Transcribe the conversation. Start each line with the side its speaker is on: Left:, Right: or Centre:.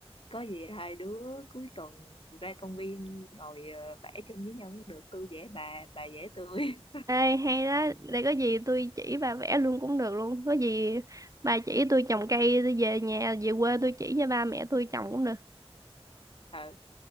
Left: có gì hai đứa cuối tuần ra công viên ngồi ờ, vẽ chung với nhau cũng được tôi vẽ bà bà vẽ tôi
Right: Ê, hay đó, để có gì tôi chỉ bà vẽ luôn cũng được luôn. Có gì bà chỉ tôi trồng cây, tôi về nhà, về quê tôi chỉ cho ba mẹ tôi trồng cũng được.
Left: <laughs> ờ